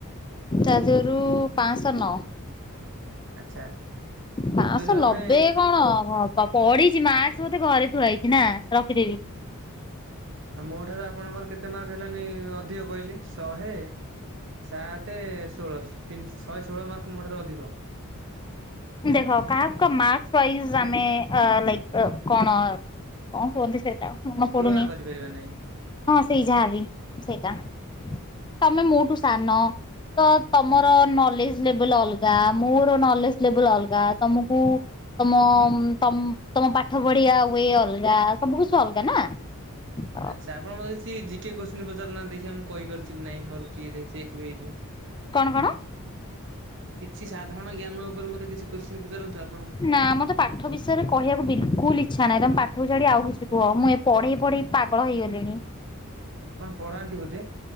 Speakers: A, on the left; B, on the right.
A: ତା ଦେହରୁ ପାଂଶ ନଅ।
B: ଆଚ୍ଛା।
A: ପାଶହ
B: ଲବେରୁ ଆମେ
A: ଲବେ କଣ ହ ପଢ଼ିଛି ମାସ୍କ୍ ବୋଧେ ଘରେ ଥୁଆ ହେଇଛି ନା ରଖିଦେବି?
B: ଆଉ ମୋ ଠାରୁ ଆପଣଙ୍କର କେତେ ମାର୍କ ହେଲାଣି ଅଧିକ କହିଲେ ଶହେ ସାତ ଷୋଳ ତିନ୍ ଶ ଶହେ ଷୋହଳ ମାର୍କ ମୋ ଠାରୁ ଅଧିକ।
A: ଦେଖ କାହାକୁ କ ମାର୍କସ୍ ବାଇଜ୍ ଆମେ ଲାଇକ୍ କଣ କଁ କୁହନ୍ତି ସେଟା ମନ
B: ତୁଳନା
A: ପଡୁନି,
B: କରିପାରିବା ନାହିଁ।
A: ହଁ ସେଇ ଯାହା ବି ସେଇଟା। ତମେ ମୋଠୁ ସାନ ତ ତମର ନଲେଜ ଲେବୁଲ୍ ଅଲଗା ମୋ ର ନଲେଜ ଲେବୁଲ ଅଲଗା। ତମକୁ ତମ ତମ ପାଠ ପଢ଼ିଆ ୱେ ଅଲଗା ସବୁ କିଛି ଅଲଗା ନା ହୁଁ।
B: ଆଚ୍ଛା ଆପଣ ମତେ କିଛି ଜିକେ କୋସ୍ଚିନ୍ ପଚାରୁନାହାନ୍ତି ଦେଖି ଆ ମୁଁ କହିପାରୁଛି କି ନାଇଁ ମୋର ଟିକେ ଚେକ୍ ବି ହେଇଯିବ।
A: କଣ କଣ?
B: କିଛି ସାଧାରଣ ଜ୍ଞାନ ଉପରେ ମତେ କିଛି କୋଶ୍ଚିନ୍ ପଚାରନ୍ତୁ ଆପଣ?
A: ନା ମତେ ପାଠ ବିଷୟରେ କହିଆକୁ ବିଲକୁଲ ଇଚ୍ଛା ନାହିଁ। ତମେ ପାଠକୁ ଛାଡ଼ି ଆଉ କିଛି କୁହ ମୁଁ ପଢ଼େଇ ପଢ଼େଇ ପାଗଳ ହେଇଗଲିଣି।
B: କଣ ପଢ଼ାନ୍ତି ବୋଧେ?